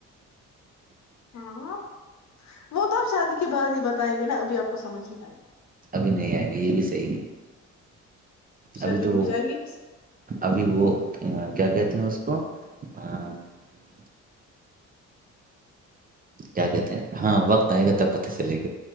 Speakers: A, on the left; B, on the right.
A: ہاںاں وہ تو اب شادی کی بعات ہی بتائیں گے نا ابھی آپ کو سمجھ نہیں آئے گی
B: بھی نہیں آئے گا یہ بھی صحیح ہے
A: شادی
B: ابھی تو
A: ہو جائے گی
B: ابھی وہ کیا کہتے ہیں اس تو <unintelligible> کیا کہتے ہیں ہاں وقت آئے گا تب پتہ چلے گی